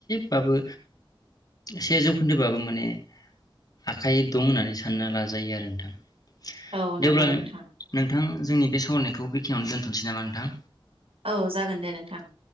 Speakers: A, on the left; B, on the right.
A: बाबो से जौ खोन्दोबाबो माने आखाइ दं होननानै सानना लाजायो आरो नोंथां
B: औ
A: दे
B: नंगौ
A: अब्ला नों-नोंथां
B: नोंथां
A: जोंनि बे सावरायनायखौ बेखिनियाव दोन्थनोसै नामा नोंथां
B: औ जागोन दे नोंथां <inaudible>